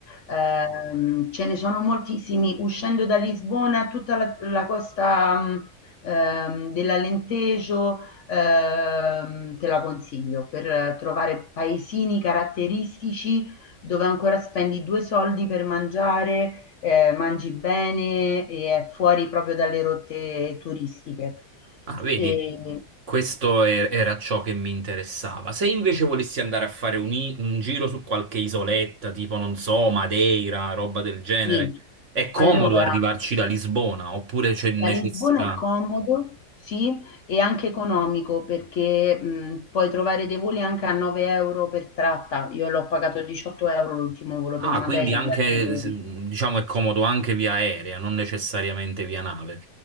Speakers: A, on the left; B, on the right.
A: Ehm, ce ne sono moltissimi. Uscendo da Lisbona, tutta la, la costa mh, ehm, dell'Alentejo, ehm, te la consiglio per eh, trovare paesini caratteristici dove ancora spendi due soldi per mangiare, eh, mangi bene e è fuori proprio dalle rotte turistiche.
B: Ah, vedi,
A: E,
B: questo e- era ciò che mi interessava. Se invece volessi andare a fare un, i- un giro su qualche isoletta, tipo, non so, Madeira, roba del genere,
A: sì,
B: è comodo
A: allora.
B: arrivarci da Lisbona oppure c'è necessità?
A: Da Lisbona è comodo, sì, e anche economico perché mh, puoi trovare dei voli anche a 9 euro per tratta. Io l'ho pagato 18 euro l'ultimo volo per
B: Ah,
A: Madeira.
B: quindi anche,
A: andata e ritorno.
B: s- diciamo, è comodo anche via aerea, non necessariamente via nave.